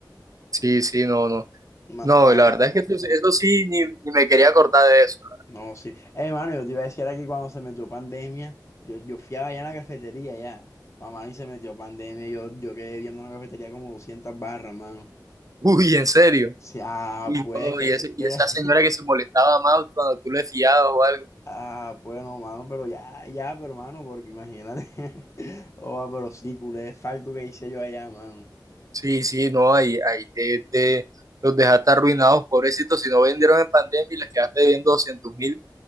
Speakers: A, on the right; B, on the left.
A: Sí, sí, no, no.
B: Ma-
A: No,
B: mano,
A: la verdad es que eso, eso sí, ni, ni me quería acordar de eso.
B: no, sí. Eh, mano, yo te iba a decir aquí cuando se metió pandemia, yo, yo fui allá en la cafetería, ya. Mamá, y se metió pandemia, yo, yo quedé viendo en la cafetería como 200 barras, mano.
A: Uy, en serio.
B: Sí, ah,
A: Uy,
B: pues
A: no,
B: que
A: y, ese-
B: era-
A: y esa
B: <laughs>
A: señora que se molestaba más cuando tú le fiabas o algo.
B: Ah, bueno, mano, pero ya, ya, pero mano, porque imagínate. <laughs> Oh, ah, pero sí, culé, es falco que hice yo allá, mano.
A: Sí, sí, no, ahí, ahí te, te- los dejaste arruinados, pobrecitos, si no vendieron en pandemia y les quedaste debiendo doscientos mil.